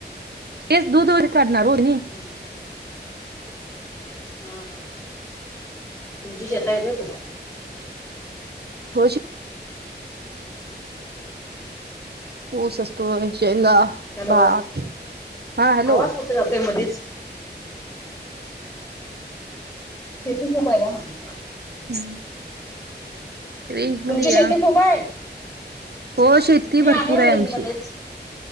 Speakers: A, on the right; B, on the left.
A: तेच दूध उरी काढणार ओ हेनी.
B: हा हा हा तुमची शेत येते खूप.
A: होश ऊस असतो, शेंगा,
B: हॅलो
A: भात, हा हॅलो
B: आवाज कुठे जातोय मधीच शेती खूप आहे काय म्हटलं?
A: हम्म. रेंज मध्ये
B: तुमची
A: या.
B: शेती खूप आहे
A: हो शेती
B: मी
A: भरपूर आहे
B: रेंज
A: आमची.
B: मध्येच